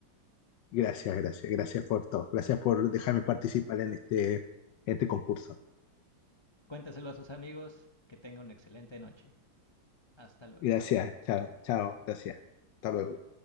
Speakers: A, on the left; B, on the left.
A: Gracias, gracias, gracias por todo, gracias por dejarme participar en este, en este concurso.
B: Cuéntaselo a sus amigos, que tenga una excelente noche. Hasta luego.
A: Gracias, chao, chao, gracias. Hasta luego.